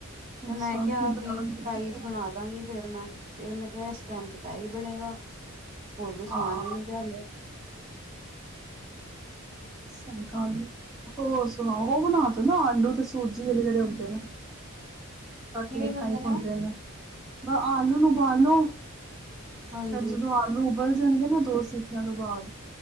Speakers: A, on the right; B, in the centre.
A: ਤੇ,
B: ਅੱਛਾ
A: ਮੈਂ ਕਿਹਾ,
B: ਕੀ ਬਣਾਉਣਗੇ
A: ਬੀ ਫਰਾਾਈਜ਼ ਬਣਾ ਦਾਂਗੀ। ਫੇਰ, ਮੈਂ, ਫੇਰ ਮੈਂ ਕਿਹਾ, ਇਸ ਟਾਈਮ ਤੇ, ਤਾਂ, ਏ ਹੀ ਬਣੇਗਾ। ਹੋਰ, ਕੋਈ ਸਮਾਨ
B: ਹਾਂ
A: ਵੀ, ਨਹੀਂ, ਪਿਆ ਆਲੇ।
B: ਸਕਾਲ। ਹੋਰ ਸੁਣਾਓ? ਉਹ ਬਣਾ ਦੋ ਨਾ, ਆਲੂ ਤੇ ਸੂਜੀ ਜਿਹੜੇ ਆਉਦੇ ਨੇ। ਕਟਲੇਟ
A: ਕਿਵੇਂ ਬੰਦੇ
B: ਟਾਈਪ, ਹੁੰਦੇ
A: ਉਹ
B: ਨੇ, ਬ ਆਲੂ ਊਬਾਲੋ। ਫੇਰ
A: ਹਾਂਜੀ
B: ਜਦੋਂ, ਆਲੂ ਉਬਲ ਜਾਣਗੇ ਨਾ। ਦੋ ਸੀਖੀਆਂ ਤੋਂ ਬਾਅਦ।